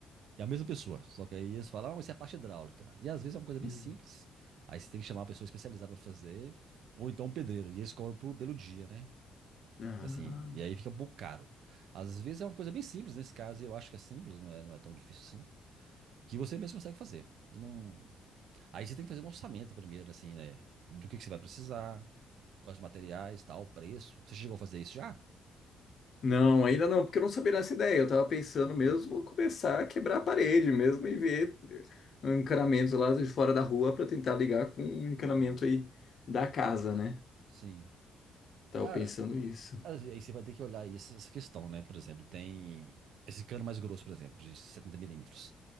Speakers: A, on the right (about 75°); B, on the left (about 50°).
A: E é a mesma pessoa, só que aí eles falam, ah, mas isso é a parte hidráulica. E às vezes é uma coisa bem
B: Uhum.
A: simples. Aí você tem que chamar uma pessoa especializada para fazer, ou então um pedreiro. E eles cobram por- pelo dia, né?
B: Ah.
A: Assim, e aí fica um pouco caro. Às vezes é uma coisa bem simples, nesse caso eu acho que é simples, não é, não é tão difícil assim. Que você mesmo consegue fazer. Não, Aí você tem que fazer um orçamento primeiro, assim, né? Do que que você vai precisar, quais materiais, tal, preço. Você chegou a fazer isso já?
B: Não, ainda não, porque eu não sabia dessa ideia. Eu tava pensando mesmo
A: Hum,
B: começar a quebrar a parede mesmo e ver eh, encanamentos lá de fora da rua para tentar ligar com o encanamento
A: Não.
B: aí da casa, né?
A: Sim.
B: Tava
A: Cara,
B: pensando isso.
A: aí você vai ter que olhar aí essa essa questão, né? Por exemplo, tem esse cano mais grosso, por exemplo, de 70 milímetros.